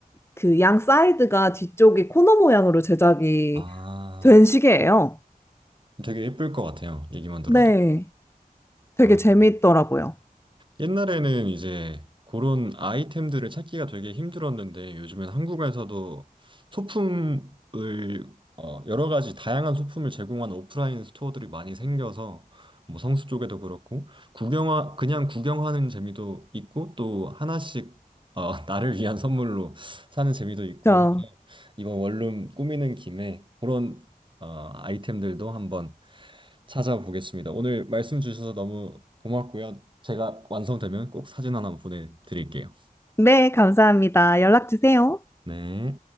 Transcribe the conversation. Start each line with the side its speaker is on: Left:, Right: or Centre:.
Left: 그 양 사이드가 뒤쪽이 코너 모양으로 제작이
Right: 아,
Left: 된 시계예요.
Right: 되게 예쁠 것 같아요. 얘기만 들어도.
Left: 네. 되게
Right: 아.
Left: 재미있더라고요.
Right: 옛날에는 이제 그런 아이템들을 찾기가 되게 힘들었는데 요즘엔 한국에서도 소품을 어, 여러 가지 다양한 소품을 제공하는 오프라인 스토어들이 많이 생겨서 뭐 성수 쪽에도 그렇고 구경하 그냥 구경하는 재미도 있고 또 하나씩 어, <laughs> 나를 위한 선물로 사는 재미도 있고
Left: 저,
Right: 이번 원룸 꾸미는 김에 그런 어, 아이템들도 한번 찾아보겠습니다. 오늘 말씀 주셔서 너무 고맙고요. 제가 완성되면 꼭 사진 하나 보내드릴게요.
Left: 네, 감사합니다. 연락 주세요.
Right: 네.